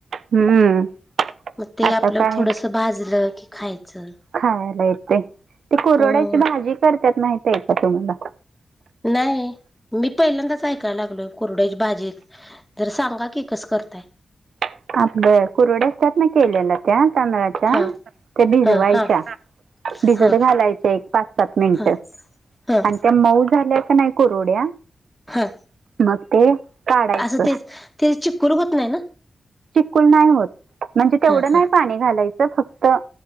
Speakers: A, on the right; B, in the centre.
A: हम्म
B: मग ते
A: आता
B: आपलं
A: काय
B: थोडस भाजलं की खायचं
A: खायला ते कुरुड्याची
B: हो
A: भाजी करत्यात माहीत आहे का तुम्हाला
B: नाही मी पहिल्यांदाच ऐकायला लागलोय कुरड्याची भाजी तर सांगा की कस करताय
A: अ कुरड्या असतात ना केलेला त्या तांदळाच्या
B: हां
A: ते बिज
B: हां
A: वयच्या
B: हां
A: भिजत
B: हां
A: घालायच्या एक पाच सात मिनिट
B: हां
A: आणि
B: हां
A: त्या मऊ झाल्या का नाही कररवड्या
B: हां
A: मग ते काढायचं
B: असं तेच ते चिकूल होत नाही ना
A: चिकुल नाही होत म्हणजे तेवढं
B: हां
A: नाही
B: हां
A: पाणी घालायचं फक्त